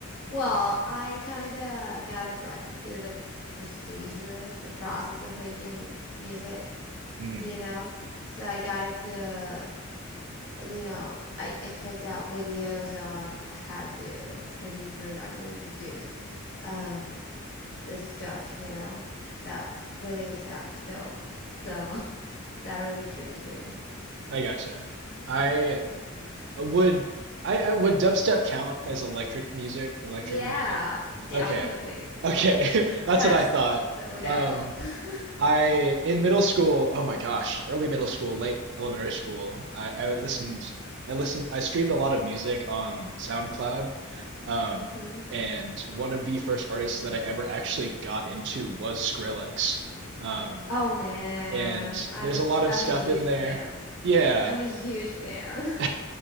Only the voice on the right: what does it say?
hmm
I gotcha. I would I, I would dubstep count as electric music, electrical
music?
Okay. Okay. <laughs> That's
what I thought.
Um,
I in middle school, oh my gosh, early middle school, late elementary school, I, I listened
I listened I streamed a lot of music on SoundCloud. Um,
and one of the first artists that I ever actually got into was Skrillex. Um,
and
there's
a lot of
stuff
in there.
Yeah.
<laughs>